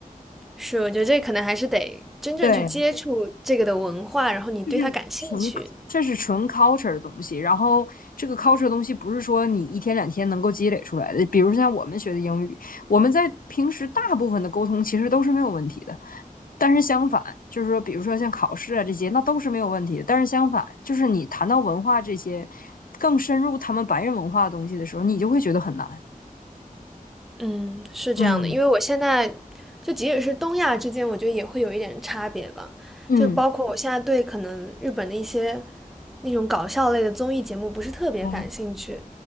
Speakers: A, in the centre; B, on the left.
A: 是，我觉得这可能还是得真正去接触这个的文化，
B: 对。
A: 然后你对它感兴趣，
B: 是纯，这是纯 culture 的东西。然后这个 culture 的东西不是说你一天两天能够积累出来的。比如像我们学的英语，我们在平时大部分的沟通其实都是没有问题的。但是相反，就是说，比如说像考试啊这些，那都是没有问题的。但是相反，就是你谈到文化这些更深入他们白人文化的东西的时候，你就会觉得很难。
A: 嗯，是这样的，
B: 嗯
A: 因为我现在就即使是东亚之间，我觉得也会有一点差别吧。
B: 嗯。
A: 就包括我现在对可能日本的一些那种搞笑类的综艺节目不是特别感兴趣，
B: 啊，